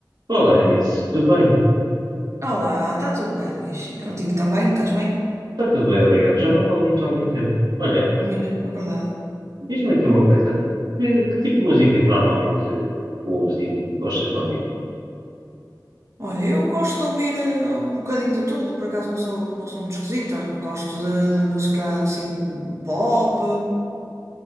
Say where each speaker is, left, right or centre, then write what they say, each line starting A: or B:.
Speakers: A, on the right; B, on the right.
A: Olá, Eunice, tudo bem?
B: Olá, está tudo bem, Luís? E contigo também? Estás bem?
A: Está tudo bem, obrigado. Já não falamos há algum tempo. Olha,
B: Mesmo, é verdade.
A: diz-me aqui uma coisa. Que, que tipo de música é que normalmente ouves e e gostas de ouvir?
B: Olha, eu gosto de ouvir eh, um bocadinho de tudo, por acaso não sou, não sou muito esquisita. Gosto de, de música assim pop,